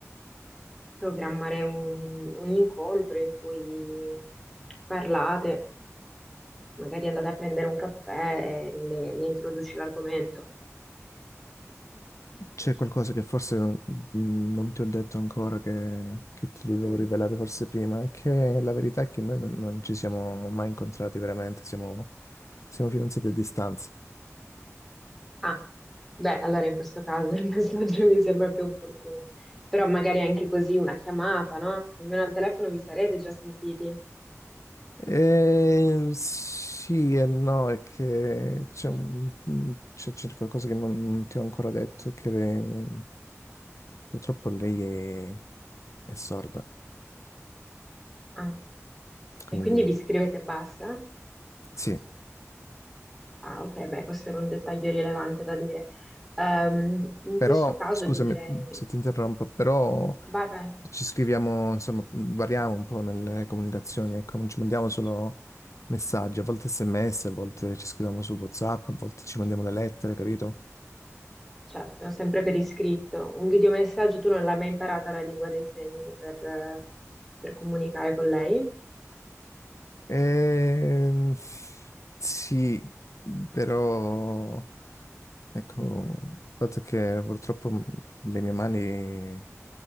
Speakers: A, in the centre; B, on the left.
A: programmare un, un incontro in cui parlate, magari andate a prendere un caffè e le, le introduci l'argomento.
B: C'è qualcosa che forse non, non ti ho detto ancora che, che ti dovevo
A: Mm.
B: rivelare forse prima? È che la verità è che noi non, non ci siamo mai incontrati veramente, siamo, siamo fidanzati a distanza.
A: Ah, beh, allora in questo caso il <laughs> messaggio mi sembra più opportuno. Però magari anche così una chiamata, no? Almeno al telefono vi sarete già sentiti.
B: Eh, sì e no, è che c'è un- mm, c'è- c'è qualcosa che non, non ti ho ancora detto, è che eh, purtroppo lei è, è sorda,
A: Ah,
B: quindi
A: e quindi vi scrivete e basta?
B: sì,
A: Ah, ok, beh, questo era un dettaglio rilevante da dire. Ehm, in
B: però
A: questo caso
B: scusami
A: ti direi,
B: mm, se ti interrompo, però
A: vai, vai.
B: ci scriviamo, insomma, mm, variamo un po' nelle comunicazioni, ecco, non ci mandiamo solo messaggi, a volte SMS, a volte ci scriviamo su WhatsApp, a volte ci mandiamo le lettere, capito?
A: Certo, sempre per iscritto. Un videomessaggio tu non l'hai mai imparata la lingua dei segni per, eh, per comunicare con lei?
B: Ehm, sì, però ecco, il fatto è che purtroppo m- le mie mani